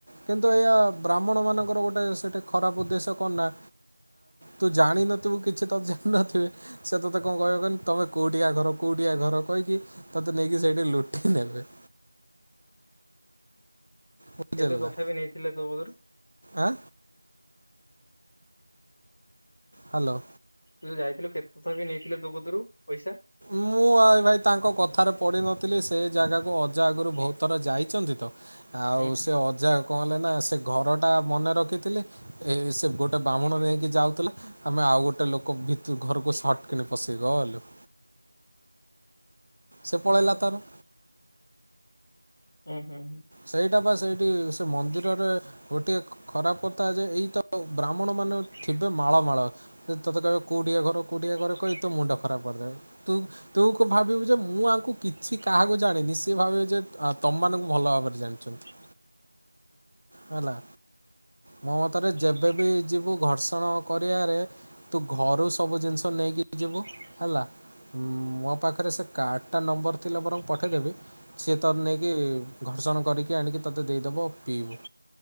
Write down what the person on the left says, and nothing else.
କେତେ ତଥାବିି
ନେଇଥିଲେ ତୋ କତିରୁ?
ତୁ ଯୋଉ ଯାଇଥିଲୁ କେତେ ତଥାବିି ନେଇଥିଲେ ତୋ କତିରୁ ପଇସା?
ହୁଁ ହୁଁ।
ଆରେ ଆରେ।
ହୁଁ ହୁଁ ହୁଁ।